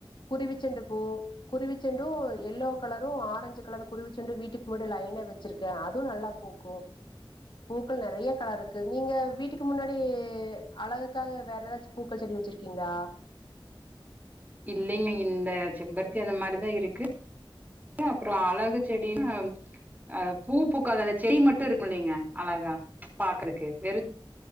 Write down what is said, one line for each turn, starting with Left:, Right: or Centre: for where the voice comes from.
Left: குருவிச்செண்டுப்பூ குருவிச்செண்டு எல்லோ கலரும் ஆரஞ்சு கலரு குருவிச் செண்டு வீட்டுக்கு முன்னடி லைன்னா வெச்சிருக்கே அதுவு நல்லா பூக்கு பூக்கள் நறைய கலர் இருக்கு நீங்க வீட்டுக்கு முன்னாடி அழகுக்காக வேற ஏதாச் சு பூக்கள் செடி வச்சிருக்கீங்ளா
Right: இல்லைங்க இந்த செம்பருத்தி அந்த மாரிதா இருக்கு அப்பறோ அழகு செடினா அ பூ பூக்காத அந்த செடி மட்டு இருக்கு இல்லலைங்க அழகா பாக்குறக்கு வெறு